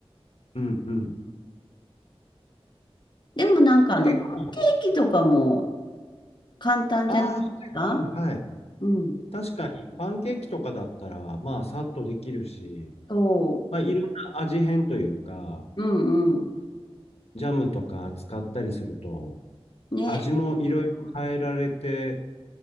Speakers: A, on the left (about 75°); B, on the left (about 45°).
A: うんうん。
B: でもなんかあの、
A: 結構、
B: パンケーキとかも簡単じゃないですか
A: ああ、はいはいはい。
B: うん。
A: 確かにパンケーキとかだったらまあさっとできるし、
B: そ
A: まあいろんな味変というか、
B: う。うんうん。
A: ジャムとか使ったりすると
B: ね。
A: 味もいろいろ変えられて、